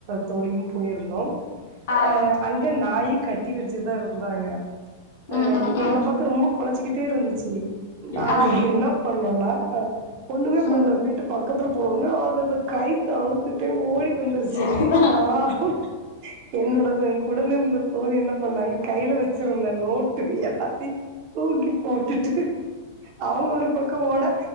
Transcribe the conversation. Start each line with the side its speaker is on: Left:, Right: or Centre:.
Right: தோழியும் போயிருந்தோம்
Left: ஆ
Right: அ அங்க நாயி கட்டி வச்சுதா இருந்தாங்க
Left: ம்
Right: அ
Left: ம்
Right: எங்கள
Left: ம்
Right: பாத்து ரொம்ப கொலச்சிக்கிட்டே இருந்த து நாங்க
Left: ஆ
Right: என்ன பண்ணோன்னா ஒன்னுமே பண்ல
Left: ம்
Right: வீட்டு பக் கத்துல போன உட்னே அது அத கயித்த அவுத்துட்டு ஓடி வந்துருச்சு
Left: சரிதா
Right: நானு என்னோட பெ உடனிருந்த தோழி என்ன பண்ணாங்க கைல வெச்சிருந்த நோட்டு எல்லாத்தீ தூக்கி போட் டுட்டு அவங்க ஒரு பக்கோ ஓட